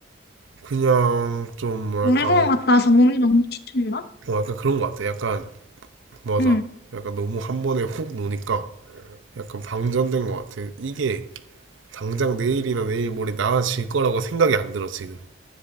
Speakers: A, on the right; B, on the left.
A: 그냥 좀 뭐랄까
B: 놀이공원 갔다 와서 몸이 너무 지쳤나?
A: 뭐 약간 그런 것 같아. 약간 맞아.
B: 응.
A: 약간 너무 한 번에 훅 노니까 약간 방전된 것 같아. 이게 당장 내일이나 내일 모레 나아질 거라고 생각이 안 들어 지금.